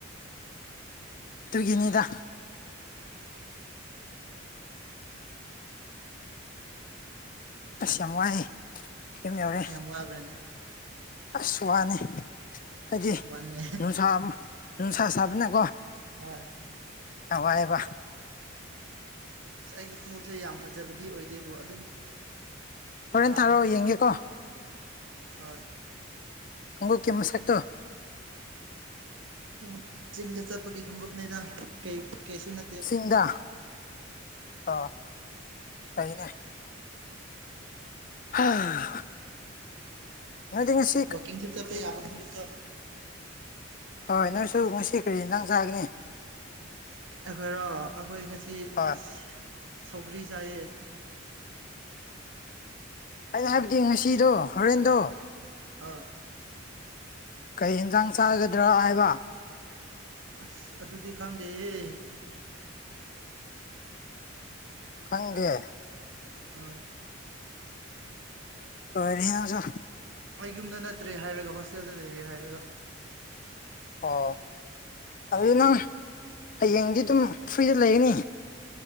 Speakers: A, on the left; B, on the right.
A: ꯗꯨꯒꯤꯅꯤꯗ ꯑꯁ ꯌꯥꯝ ꯋꯥꯏꯑꯦ ꯌꯨꯝ ꯌꯧꯔꯦ
B: ꯌꯥꯝ ꯋꯥꯕ꯭ꯔꯥꯅꯦ
A: ꯑꯁꯋꯥꯅꯤ ꯍꯥꯏꯗꯤ
B: ꯋꯥꯅꯦ
A: ꯅꯨꯡꯁꯥ ꯑꯃ ꯅꯨꯡꯁꯥ ꯁꯥꯕꯅꯀꯣ
B: ꯍꯣꯏ
A: ꯋꯥꯏꯌꯦꯕ
B: ꯑꯁ ꯑꯩꯒꯤ ꯈꯨꯎꯞꯁꯦ ꯌꯥꯝ ꯐꯖꯕꯗꯤ ꯑꯣꯏꯗꯦꯕꯨ ꯑꯗꯨꯝ
A: ꯍꯣꯔꯦꯟ
B: ꯍꯥꯞꯅꯤꯡꯉꯤ
A: ꯊꯥꯔꯛꯑꯣ ꯌꯦꯡꯒꯦꯀꯣ
B: ꯍꯣꯏ
A: ꯈꯨꯉꯨꯞꯀꯤ ꯃꯁꯛ ꯇꯣ
B: ꯑꯗꯣ ꯆꯤꯡꯗ ꯆꯠꯄꯒꯤ ꯈꯣꯡꯎꯞꯅꯤꯗ ꯀꯩ ꯀꯩꯁꯨ ꯅ
A: ꯁꯤꯡꯗ ꯑ ꯐꯩꯅꯦ ꯍꯥ ꯅꯪꯗꯤꯉꯥꯁꯤ
B: ꯋꯥꯀꯤꯡꯁꯨ ꯆꯠꯄ ꯌꯥꯕꯈꯨꯉꯨꯞꯇ
A: ꯍꯣꯏ ꯅꯣꯏꯁꯨ ꯉꯁꯤ ꯀꯔꯤ ꯏꯟꯖꯥꯡ ꯆꯥꯒꯅꯤ
B: ꯑꯩꯈꯣꯏꯔꯣ ꯑꯈꯣꯏ ꯉꯁꯤ
A: ꯍꯣꯏ
B: ꯑꯁ ꯁꯧꯒ꯭ꯔꯤ ꯆꯥꯏꯌꯦ
A: ꯑꯩꯅ ꯍꯥꯏꯕꯗꯤ ꯉꯁꯤꯗꯣ ꯍꯣꯔꯦꯟꯗꯣ
B: ꯑꯥ
A: ꯀꯩ ꯌꯦꯟꯖꯥꯡ ꯆꯥꯒꯗ꯭ꯔꯥ ꯍꯥꯏꯕ
B: ꯑꯁ ꯑꯗꯨꯗꯤ ꯈꯪꯗꯦꯍ
A: ꯈꯪꯗꯦ
B: ꯍꯣꯢ
A: ꯂꯣꯏꯔꯦꯍꯦ ꯅꯪꯖꯨ
B: ꯑꯩ ꯌꯨꯝꯗ ꯅꯠꯇ꯭ꯔꯦ ꯍꯥꯏꯔꯒ ꯍꯣꯁꯇꯦꯜꯗ ꯂꯩꯔꯦ ꯍꯥꯏꯔꯒ
A: ꯑꯣ ꯑꯗꯨꯗꯤ ꯅꯪ ꯍꯌꯦꯡꯗꯤ ꯑꯗꯨꯝ ꯐ꯭ꯔꯤꯗ ꯂꯩꯒꯅꯤ